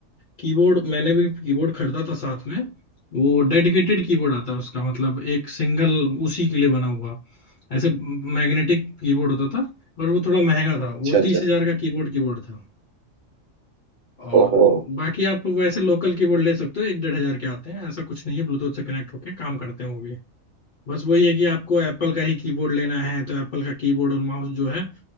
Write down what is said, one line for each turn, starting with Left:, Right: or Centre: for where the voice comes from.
Left: कीबोर्ड मैंने भी कीबोर्ड खरीदा था साथ में वो डेडिकेटेड कीबोर्ड आता है उसका मतलब एक सिंगल उसी के लिए बना हुआ ऐसे मैग्नेटिक कीबोर्ड होता था और वो थोड़ा महंगा था वो
Right: अच्छा अच्छा
Left: तीस हजार का कीबोर्ड कीबोर्ड था और
Right: ओहो
Left: बाकी आप वैसे लोकल कीबोर्ड ले सकते हो एक डेढ़ हजार के आते हैं ऐसा कुछ नहीं है ब्लूटूथ से कनेक्ट होके काम करते हैं वो भी बस वही है कि आपको एप्पल का ही कीबोर्ड लेना है तो एप्पल का कीबोर्ड और माउस जो है